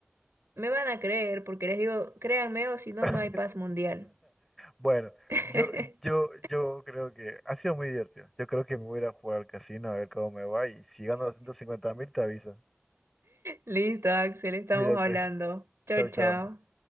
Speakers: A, on the right (about 80°); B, in the centre.
A: Me van a creer porque les digo, créanme o si no,
B: <laughs>
A: no hay paz mundial.
B: Bueno,
A: <laughs>
B: yo, yo, yo creo que ha sido muy divertido. Yo creo que me voy a ir a jugar al casino a ver cómo me va. Y si gano doscientos cincuenta mil, te aviso.
A: Listo, Axel, estamos
B: Cuídate.
A: hablando. Chao,
B: Chao, chao.
A: chao.